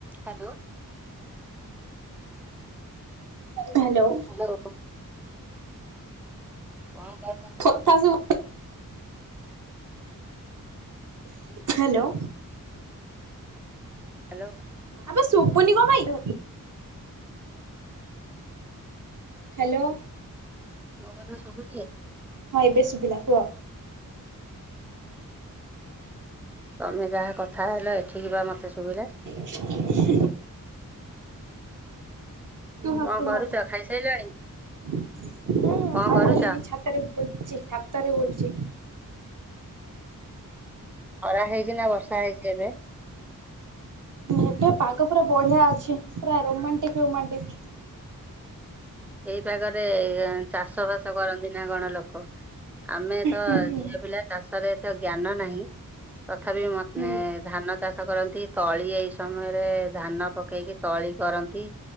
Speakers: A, in the centre; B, on the right.
A: Hello
B: hello
A: hello କଁ
B: ଖତା hello
A: hello
B: ଆବେ ସୁବୁନି କମାଇ ହ୍ୟାଲୋ
A: ମ କଥା ସବୁ ସ
B: ହଁ ଏବେେଶ ସୁୁଭିଲା କୁହ
A: ତମେ ଯାହା କଥା ହେଲ ଏଠିକି ବା ମତେ ସୁବିଧା
B: <unintelligible> କୁ ହ
A: କଣ
B: କୁହ
A: କରୁଛ ଖାଇସାରିଲଣି
B: ହୁଁ
A: କଣ
B: ଭଲ
A: କରୁଛ?
B: ହେଲନି ଛାତରେ ବଛି ଡାକ୍ତାରରେ ବଛି
A: ଖରା ହେଇଛି ନା ବର୍ଷା ହେଇଛି ଏବେ
B: ଏବେ ପାଗ ପୁରା ବଢିଆ ଅଛି ପୁରା ରୋମାଣ୍ଟିକ ରୋମାଟିକ
A: ଏଇପାଗରେ ଚାଷ ବାସ କରନ୍ତି ନା କଣ ଲୋକ ଆମେ ତ
B: ହୁଁ
A: ଝିଲା ପିଲା ଚାଷରେ ଏତ ଜ୍ଞାନ ନାହିଁ ତଥାପି
B: ହୁଁ
A: ଧାନ ଚାଷ କରନ୍ତି ତଳି ଏଇ ସମୟରେ ଧାନ ପକେଇକି ତଳି କରନ୍ତି